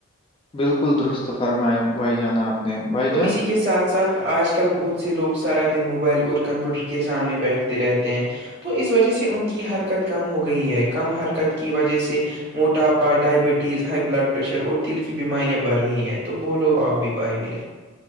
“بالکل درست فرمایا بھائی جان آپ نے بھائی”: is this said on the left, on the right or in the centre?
Left